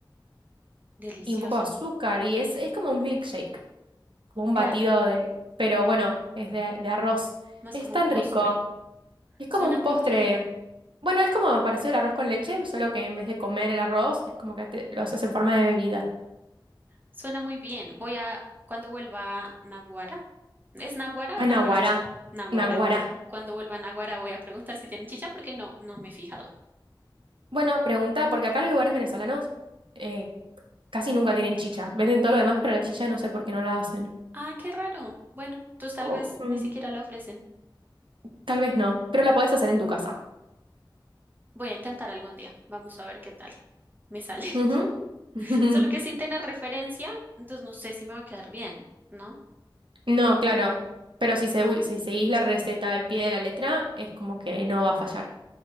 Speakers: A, on the right; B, on the right.
A: Delicioso.
B: y un poco de azúcar. Y es, es como un milkshake, como un
A: Claro,
B: batido de... Pero bueno, es de, de arroz.
A: más
B: Es
A: como
B: tan
A: un postre.
B: rico. Es
A: Suena
B: como un
A: muy
B: postre.
A: bien,
B: Bueno, es como parecido al arroz con leche, solo que en vez de comer el arroz, es como que te- lo haces en forma de bebida.
A: suena muy bien. Voy a, cuando vuelva a Naguara, ¿es Naguara
B: Ah,
A: o Naguará?
B: naguará.
A: Naguará.
B: Naguará.
A: Cuando vuelva a Naguará voy a preguntar si tienen chicha porque no, no me he fijado.
B: Bueno, pregunta, porque acá los lugares venezolanos eh, casi nunca tienen chicha. Venden todo lo demás, pero la chicha no sé por qué no la hacen.
A: Ah, qué raro. Bueno, entonces tal
B: O,
A: vez
B: mm,
A: ni siquiera la ofrecen.
B: tal vez no, pero la podés hacer en tu casa.
A: Voy a intentar algún día. Vamos a ver qué tal me sale. <laughs>
B: Ujú. <laughs>
A: Solo que sin tener referencia, entonces no sé si me va a quedar bien, ¿no?
B: No, claro, pero si, segui- si seguís la receta al pie de la letra, es como que no va a fallar.